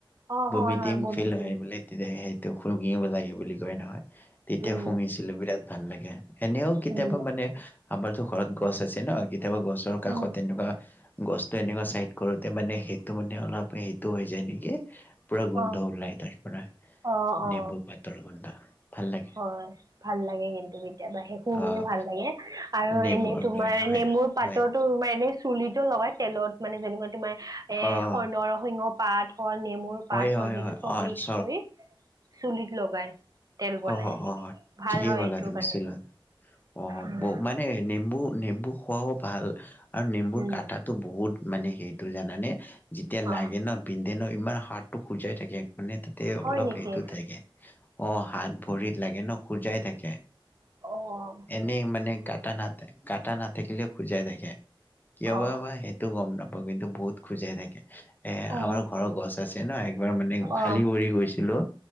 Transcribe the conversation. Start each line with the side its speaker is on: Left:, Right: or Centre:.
Right: অ
Left: বমি
Right: হয় হয়
Left: ডিম
Right: বমিটিং
Left: ফিল হয় বুলি তেতিয়া সেইটো শুহিব লাগে বুলি কয় নহয় তেতিয়া
Right: উম
Left: শুহিছিলো বিৰাট ভাল লাগে। এনেও কেতিয়াবা
Right: উম
Left: মানে আমাৰতো ঘৰত গছ আছে ন কেতিয়াবা গছৰ কাষত
Right: উম
Left: তেনেকুৱা গছটো এনেকুৱা চাইড কৰোঁতে মানে সেইটো মানে অলপ সেইটো হৈ যায় নেকি। পুৰা গোন্ধ
Right: অ
Left: ওলায় তাৰ পৰা৷
Right: অ অ
Left: নেমু পাতৰ গোন্ধ৷ ভাল লাগে
Right: হয়৷ ভাল লাগে কিন্তু কেতিয়াবা, সেই শুঙিয়ে
Left: অ'।
Right: ভাল লাগে আৰু
Left: নেমু
Right: এনে তোমাৰ
Left: নহয় হয়
Right: নেমুৰ পাতৰতো
Left: হয়
Right: তোমাৰ এনে চুলিতো লগাই তেলত মানে যেনেকুৱা তোমাৰ এ
Left: অ'।
Right: স নৰসিংহৰ পাত হ'ল নেমুৰ
Left: হয়
Right: পাত
Left: হয়
Right: হ'ল সেইটো
Left: হয়
Right: চব
Left: অ'
Right: মিক্স
Left: চ
Right: কৰি, চুলিত লগায় তেল বনাই
Left: অ' অ' অ
Right: ভাল
Left: ঠিকে
Right: হয়
Left: ক'লা
Right: এইটোৰ
Left: তুমি
Right: কাৰণে
Left: মিক্স কৰি লয় অ
Right: উম
Left: ব মানে নেমু নেমু খোৱাও ভাল আৰু নেমুৰ
Right: উম
Left: কাটাটো বহুত মানে সেইটো জানানে যেতিয়া
Right: অ
Left: লাগে ন বিন্ধে ন ইমান হাতটো খুজাই থাকে৷ মানে তাতে
Right: হয়
Left: অলপ
Right: নেকি
Left: সেইটো থাকে অ' হাত ভৰিত লাগে ন খুজাই থাকে৷
Right: অ' অ
Left: এনেই মানে কাটা নাথে কাটা নাথাকিলেও খুজাই থাকে কিয়
Right: অ
Left: বা বা সেইটো গম নাপাওঁ। মোৰ কিন্তু বহুত খুজাই থাকে। এ
Right: অ অ
Left: আমাৰ ঘৰৰ গছ আছে ন একবাৰ মানে খালী
Right: অ
Left: ভৰি গৈছিলো